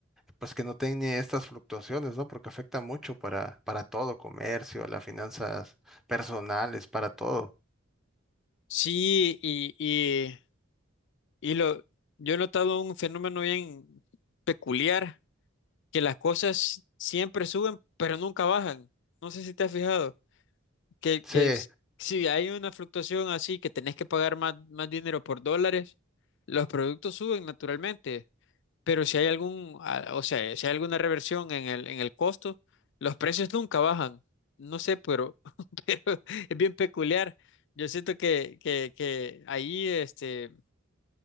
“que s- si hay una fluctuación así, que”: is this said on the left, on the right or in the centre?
Left